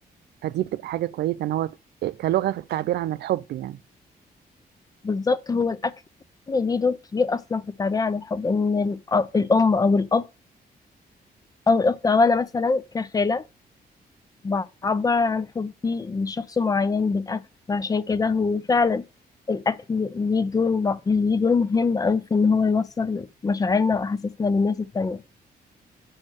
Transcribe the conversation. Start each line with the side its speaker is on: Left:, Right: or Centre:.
Right: فدي بتبقى حاجه كويسه ان هو كلغه في التعبير عن الحب يعني
Left: بالظبط هو الأكل ليه دور كبير أصلا في التعبير عن الحب إن الأ- الأم أو الأب أو الأخت أو أنا مثلا كخالة بعبر عن حبي لشخص معين بالأكل فعشان كده هو فعلا الأكل ليه دور ليه دور مهم أوي في إن هو يوصل مشاعرنا وأحاسيسنا للناس التانية